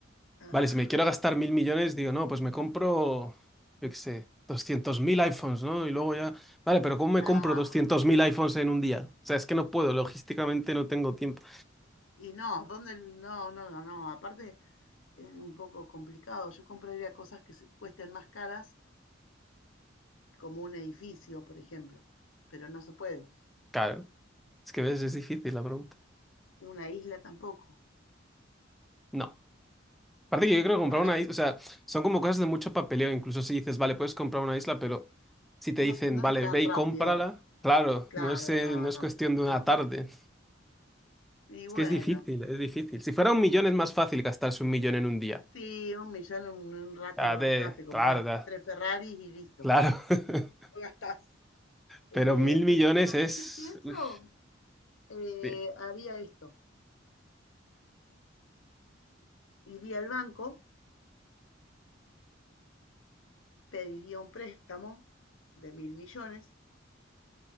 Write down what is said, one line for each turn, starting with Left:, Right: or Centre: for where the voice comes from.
Left: Ah,
Centre: Vale, si me quiero gastar mil millones, digo, no, pues me compro, yo qué sé, 200.000 iPhones, ¿no? Y luego ya, vale, pero ¿cómo
Left: nada.
Centre: me compro 200.000 iPhones en un día? O sea, es que no puedo, logísticamente no tengo tiempo.
Left: Y no, ¿dónde? No, no, no, no. Aparte es un poco complicado. Yo compraría cosas que se- cuesten más caras, como un edificio, por ejemplo. Pero no se puede.
Centre: Claro, es que ves, es difícil la pregunta.
Left: Una isla tampoco.
Centre: No. Aparte que yo creo que comprar
Left: Paga-
Centre: una isla, o sea, son como cosas de mucho papeleo, incluso si dices, vale, puedes comprar una isla, pero si te dicen,
Left: No, no
Centre: vale,
Left: es tan
Centre: ve
Left: rápido.
Centre: y cómprala, claro,
Left: Claro,
Centre: no es, eh,
Left: no,
Centre: no es
Left: no,
Centre: cuestión
Left: no.
Centre: de una tarde.
Left: Y
Centre: Es
Left: bueno.
Centre: que es difícil, es difícil. Si fuera un millón es más fácil gastarse un millón en un día.
Left: Sí, un millón en un, en un rato
Centre: Ah,
Left: lo
Centre: de,
Left: gastás, te compras
Centre: claro, da-
Left: tres Ferraris y listo,
Centre: Claro, <laughs>
Left: lo gastás.
Centre: pero
Left: Eh,
Centre: mil millones
Left: pero, ¿sabes
Centre: es...
Left: qué pienso?
Centre: Uy,
Left: Eh,
Centre: bien.
Left: haría esto. Iría al banco, pediría un préstamo de mil millones